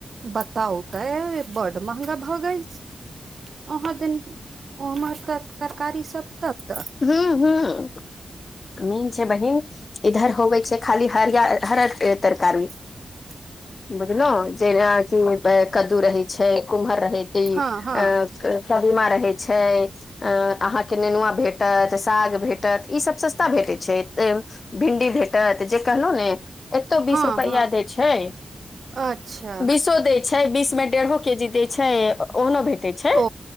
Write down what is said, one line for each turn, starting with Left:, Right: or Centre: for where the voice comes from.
Right: बताउ तेऽ बड्ड महगा भऽ गेल अहाँ दैन ओम्हर त तरकारी सभ तत्तऽ
Left: हूं हूं। मीन छै बहिन इधर होवै छै खाली हरिया - हररके तरकारी।
Right: <inaudible>
Left: बुझलहु जेना कि कद्दू रहै छै कुमहर रहे ती
Right: हँ हँ
Left: अ कदीमा रहै छै अ अहाँ के नेनुवां भेट भेटत, साग भेटत ई सब सस्ता भेटै छै। भिंडी भेटत जे कहलहु ने एतौ बीस
Right: हँ
Left: रुपैया
Right: हँ
Left: दै छै।
Right: अच्छा
Left: बीसो दै छै बीस मे डेढ़ो के जी दै छै ओहनो भेटै छै।
Right: ओ